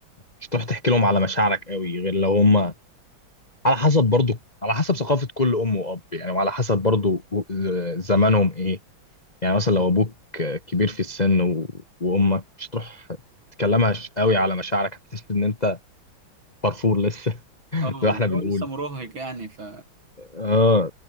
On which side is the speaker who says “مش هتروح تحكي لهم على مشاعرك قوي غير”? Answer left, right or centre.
Left